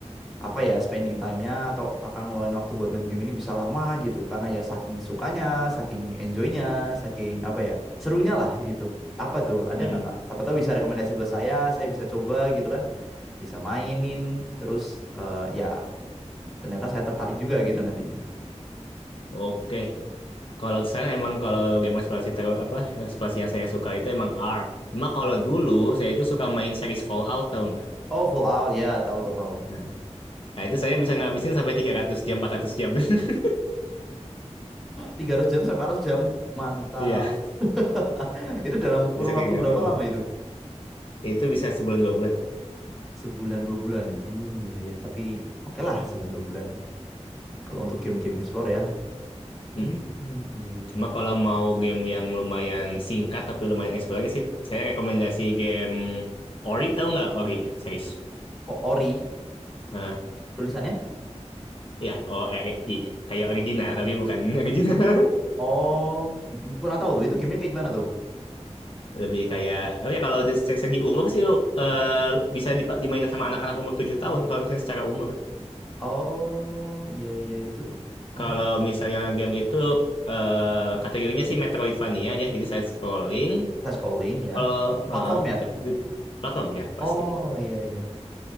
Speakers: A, in the centre; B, on the left.
A: apa ya spending time-nya atau kakak ngeluarin waktu buat main game ini bisa lama gitu karena ya saking sukanya, saking enjoy-nya, saking apa ya serunya lah gitu. Apa tuh? Ada
B: Hmm.
A: nggak kak? Siapa tahu bisa rekomendasi buat saya, saya bisa coba gitu kan, bisa mainin terus eh, ya ternyata saya tertarik juga gitu nantinya.
B: Oke. Kalau saya emang kalau game eksplorasi terus apa eksplorasi yang saya suka itu emang Ark. Cuma kalau dulu saya itu suka main series Fallout tahu nggak?
A: Oh Fallout ya tahu tahu. tahu.
B: Nah, nah itu saya bisa ngabisin sampai 300 jam, 400 jam. <laughs>
A: tiga ratus jam sampai 400 jam, mantap.
B: Iya,
A: <laughs> Itu dalam kurun
B: bisa kayak
A: waktu
B: nggak
A: berapa lama
B: sih.
A: itu?
B: Itu bisa sebulan dua bulan tuh.
A: Sebulan dua bulan. Hmm ya ya tapi oke lah sebulan dua bulan. Kalau untuk game-game explore ya
B: Hmm.
A: Hmm, iya iya.
B: Cuma kalau mau game yang lumayan singkat tapi lumayan eksplorasi sih, saya rekomendasi game Ori tahu nggak Ori serius?
A: O- Ori
B: Nah,
A: tulisannya?
B: ya O R I kayak original tapi bukan <laughs> original.
A: Oh, kurang tahu tuh. Itu gamenya kayak gimana tuh?
B: Lebih kayak oh ya kalau dari se- segi umur sih eh, bisa dipa- dimainin sama anak-anak umur 7 tahun kalau misalnya secara umur.
A: Oh, iya iya itu. Oh,
B: Kalau misalnya game itu eh, kategorinya sih Metroidvania ya, jadi side scrolling.
A: saya scrolling ya.
B: Kalau
A: Platform
B: eh,
A: ya?
B: tapi platform ya pasti.
A: Oh, iya iya.